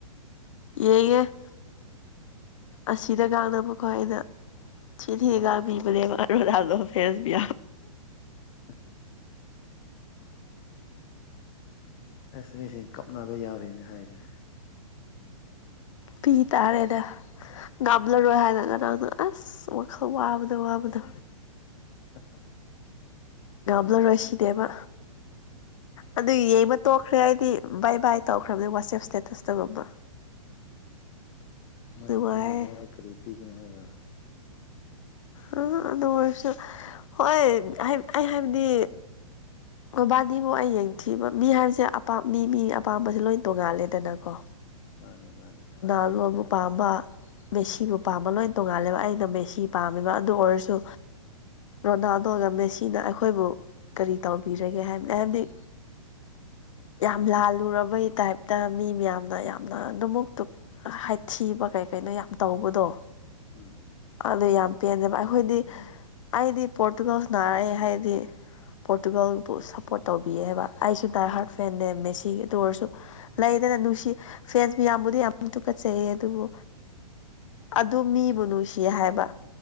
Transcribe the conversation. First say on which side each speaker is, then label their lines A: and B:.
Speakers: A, on the left (about 60°); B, on the left (about 35°).
A: ꯑꯩꯅꯦ ꯑꯁꯤꯗ ꯉꯥꯡꯅꯕꯀꯣ ꯑꯩꯅ ꯁꯤꯤꯔꯤꯦꯒ
B: ꯑꯥ
A: ꯃꯅꯦꯗꯣ ꯐꯦꯁꯕꯤ
B: ꯑ ꯑꯁ ꯃꯤꯁꯤꯡ ꯀꯞꯅꯕ ꯌꯥꯎꯔꯦꯅꯦ ꯍꯥꯏꯔꯦ
A: ꯄꯤ ꯇꯥꯔꯦꯗ ꯉꯥꯝꯂꯔꯣꯏ ꯍꯥꯏꯔꯒ ꯅꯪꯅ ꯑꯁ ꯋꯥꯈꯜ ꯋꯥꯞꯗ ꯋꯥꯔꯕꯗꯣ
B: ꯑ
A: ꯕꯂꯔꯣꯏꯁꯤꯗꯦꯕ ꯑꯗꯨ ꯌꯦꯡꯕ ꯇꯣꯛꯈ꯭ꯔꯦ ꯍꯥꯏꯗꯤ ꯕꯥꯏ ꯕꯥꯏ ꯇꯧꯈ꯭ꯔꯕꯅꯤ ꯋꯥꯆꯦꯞ ꯏꯁꯇꯦꯇꯁꯇꯒꯨꯝꯕ
B: ꯃꯥꯅ
A: ꯅꯨꯡꯉꯥꯏꯌꯦ
B: ꯅꯪꯒꯤꯗꯋꯥꯗ ꯀꯔꯤ ꯄꯤꯒꯅꯤ ꯍꯥꯏꯕ꯭ꯔꯥ
A: ꯑ ꯑꯗ ꯑꯣꯏꯣꯏꯁ ꯍꯣꯏ ꯑꯩ ꯍꯥꯏꯕꯗꯤ ꯃꯕꯥꯅꯤ ꯕꯨ ꯑꯩ ꯌꯦꯡꯊꯤꯕ ꯃꯤ ꯍꯥꯏꯕꯁꯦ ꯑꯄꯥ ꯃꯤ ꯃꯤ ꯑꯄꯥꯝꯕꯁꯦ ꯂꯣꯏ ꯇꯣꯡꯉꯥꯜꯂꯦꯗꯅꯀꯣ
B: ꯃꯥꯅꯦ ꯃꯥꯅꯦ
A: ꯥꯖꯣꯕꯨꯛ ꯄꯥꯝꯕ ꯃꯦꯁꯤꯕꯨ ꯄꯥꯝꯕ ꯂꯣꯏ ꯇꯣꯡꯉꯥꯜꯂꯦꯕ ꯑꯩꯅ ꯃꯦꯁꯤ ꯄꯥꯝꯃꯦꯕ ꯑꯗꯨ ꯑꯣꯏꯔꯁꯨ ꯔꯣꯅꯥꯜꯗꯣꯒ ꯃꯦꯁꯤꯅ ꯑꯩꯈꯣꯏꯕꯨ ꯀꯔꯤ ꯇꯧꯕꯤꯔꯒꯦ ꯍꯥꯏꯕꯅꯤ ꯍꯥꯏꯕꯗꯤ ꯌꯥꯝ ꯂꯥꯜꯂꯨꯔꯕꯩ ꯇꯥꯏꯞꯇ ꯃꯤ ꯃꯌꯥꯝꯅ ꯌꯥꯝꯅ ꯑꯗꯨꯃꯛ ꯑꯗꯨ ꯍꯥꯏꯊꯤꯕ ꯀꯩ ꯀꯩꯅꯣ ꯌꯥꯝ ꯇꯧꯕꯗꯣ
B: ꯎꯝ
A: ꯑꯗꯨ ꯌꯥꯝ ꯄꯦꯟꯖꯦꯕ ꯑꯩꯈꯣꯏꯗꯤ
B: ꯎꯝ
A: ꯑꯩꯗꯤ ꯄꯣꯔꯇꯨꯒꯜ ꯅꯥꯔꯛꯦ ꯍꯥꯏꯗꯤ ꯄꯣꯔꯇꯨꯒꯜꯕꯨ ꯁꯞꯄꯣꯔꯠ ꯇꯧꯕꯤꯌꯦꯕ ꯑꯩꯁꯨ ꯗꯥꯏ
B: ꯎꯝ
A: ꯍꯥꯔꯠ ꯐꯦꯟꯦꯃꯦꯦꯁꯤꯒꯤ ꯑꯗꯨ ꯑꯣꯏꯔꯁꯨ ꯂꯩꯗꯅ ꯅꯨꯡꯁꯤ ꯐꯦꯁꯕꯨ ꯌꯥꯝꯌꯥꯝꯕꯨꯗꯤ ꯌꯥꯝ ꯇꯨꯀꯠꯆꯩꯑ ꯑꯗꯨꯕꯨ ꯑꯗꯨ ꯃꯤꯕꯨ ꯅꯨꯡꯁꯤꯌꯦ ꯍꯥꯏꯕ